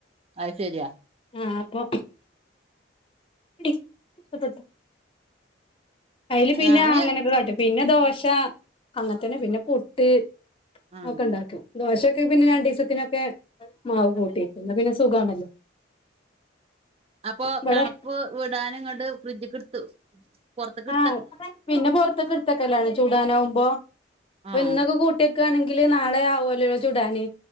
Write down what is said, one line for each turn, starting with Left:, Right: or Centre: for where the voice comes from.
Right: അത് ശരിയാ
Left: ആഹ അപ്പൊ. <unintelligible> അതില് പിന്നെ
Right: ഞാന്
Left: അങ്ങനൊക്കെ കാട്ടും പിന്നെ ദോശ അങ്ങനതെന്നെ പിന്നെ പുട്ട്.
Right: ആഹ്
Left: ഒക്കെ ഇണ്ടാക്കും ദോശൊക്കെ പിന്നെ രണ്ട്ദിവസത്തിനൊക്കെ മാവ് കുട്ടി വെക്കു എന്നാ പിന്നെ സുഖാണല്ലോ.
Right: <inaudible> അപ്പൊ
Left: ഇവിടെ
Right: തണുപ്പ് വിടാനും ങ്ങണ്ട് ഫ്രിഡ്ജ കെടുത്തു പുറത്തക്കടു
Left: ആ പിന്നെ പൊറത്തൊക്കെ എടുത്തൊക്കെല്ലാണ് ചൂടാനാവകുമ്പോ ഇപ്പൊ
Right: ആഹ്
Left: ഇന്നൊക്കെ കൂട്ടി ക്ക് വാണെങ്കില് നാളെ ആവൊല്ലലോ ചുടാന്